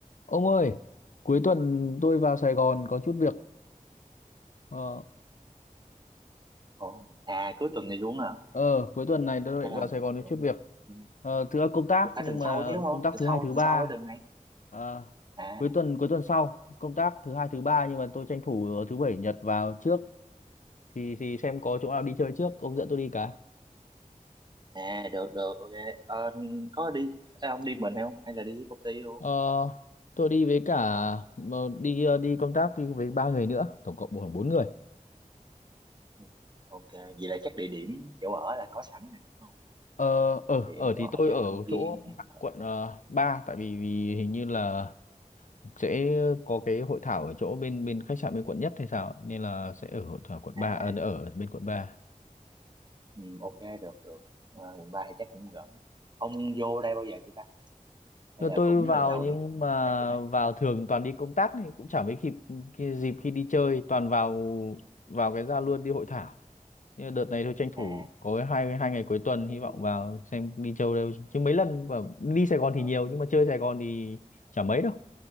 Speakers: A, on the left; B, on the right.
A: Ông ơi, cuối tuần tôi vào Sài Gòn có chút việc. Ờ,
B: Ồ, à cuối tuần này luôn hả?
A: ờ cuối tuần này tôi
B: Hay
A: định
B: là
A: vào Sài Gòn có
B: tưởng
A: chút việc.
B: ừ,
A: Ờ, thứ công tác
B: Ủa, phải
A: nhưng
B: tuần
A: mà
B: sau chứ đúng không?
A: công tác
B: Tuần
A: thứ
B: sau,
A: hai thứ
B: tuần
A: ba.
B: sau cái tuần này.
A: Ờ,
B: À,
A: cuối tuần cuối tuần sau công tác thứ hai thứ ba nhưng mà tôi tranh thủ thứ bảy nhật vào trước thì thì xem có chỗ nào đi chơi trước. Ông dẫn tôi đi cái.
B: à được được, ok. Ờ, có đi à, ông đi mình hay không? Hay là đi với công ty luôn?
A: Ờ, tôi đi với cả ờ, đi ờ, đi công tác đi với ba người nữa, tổng cộng khoảng bốn người.
B: Ừ, Ok, vậy là chắc địa điểm chỗ ở là có sẵn rồi đúng không?
A: Ờ, ở
B: Địa
A: ở
B: điểm chỗ
A: thì
B: ở
A: tôi
B: chắc
A: ở
B: công ty
A: chỗ
B: ấy rồi.
A: quận uh, 3 tại vì, vì hình như là sẽ có cái hội thảo ở chỗ bên bên khách sạn bên quận nhất hay sao nên là sẽ ở hội thảo quận
B: À,
A: ba ở ở bên quận 3.
B: ừ, ok được được. Ờ, quận 3 thì chắc cũng gần. Ông vô đây bao giờ chưa ta? Hay
A: rồi
B: là
A: tôi
B: cũng
A: vào
B: lần đầu
A: nhưng
B: đi Ừ,
A: mà
B: tới vô đây?
A: vào thường toàn đi công tác thì cũng chẳng mấy kịp cái dịp khi đi chơi toàn vào vào cái ra luôn đi hội thảo nhưng mà đợt này tôi tranh thủ
B: À,
A: có cái hai hai ngày cuối tuần
B: cũng
A: hy vọng
B: đi.
A: vào xem đi chơi đâu chứ mấy lần
B: Ừ,
A: và đi Sài Gòn
B: được.
A: thì nhiều nhưng mà chơi Sài Gòn thì chả mấy đâu